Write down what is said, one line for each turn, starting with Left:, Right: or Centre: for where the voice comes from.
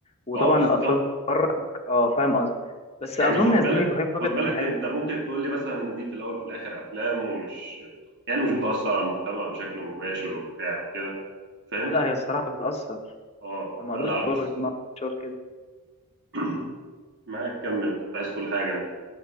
Left: وطبعا
Right: اه بالظبط
Left: الاطفال اه فاهم قصدي بس
Right: يعني
Left: اظن
Right: خد
Left: يا
Right: بالك
Left: زميلي ابراهيم الابيض
Right: خد بالك
Left: كان حلو
Right: انت ممكن تقول لي مثلا ان دي في الاول وفي الاخر افلام ومش يعني مش بتاثر على المجتمع بشكل مباشر وبتاع وكده فاهم؟
Left: لا هي الصراحه بتاثر
Right: اه
Left: انا ما
Right: فلا
Left: اقدرش
Right: بس
Left: اقول ما اقدرش اقول كده
Right: <clears throat> معاك كمل كنت عايز تقول حاجه انت